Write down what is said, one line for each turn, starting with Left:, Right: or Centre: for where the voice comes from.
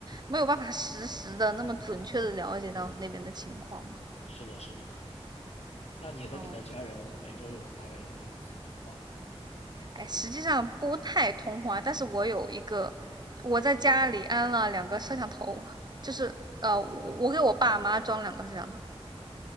Right: 没有办法实时的那么准确的了解到那边的情况嘛。
Left: 是的，是的。那你和你的家人每周有大概有多少次通话呢？
Right: 哦，哎，
Left: 或者
Right: 实际上不太通话，但是我有一个，我在家里安了两个摄像头，就是呃，
Left: 哦，
Right: 我我给我爸妈装两个摄像头。